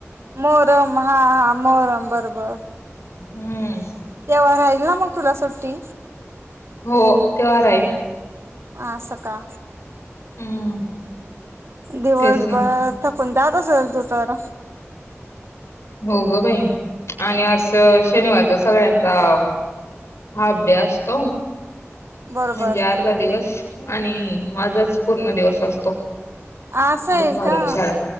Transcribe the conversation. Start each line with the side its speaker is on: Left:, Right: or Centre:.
Right: मोहरम, हा, हा मोहरम बर, बर
Left: हम्म
Right: तेव्हा राहिल ना मग तुला सुट्टी
Left: हो तेव्हा राहील
Right: आ स का
Left: हम्म
Right: दिवसभर
Left: तेच ना
Right: थकून जात असेल तू तर
Left: हो ग बाई आणि अस शनिवारच सगळ्यांचा हा अभ्यासत म्हणजे
Right: बरोबर
Left: अर्धा दिवस आणि माझाच पूर्ण दिवस असतो
Right: असं आहे
Left: दुपहर
Right: का
Left: शाळा